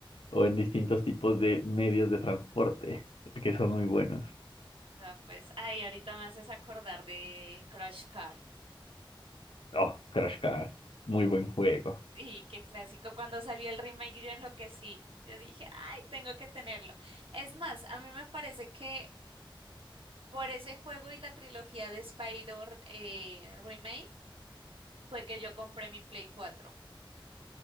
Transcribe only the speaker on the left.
o en distintos tipos de medios de transporte, que son muy buenos.
Oh, Crash Car, muy buen juego.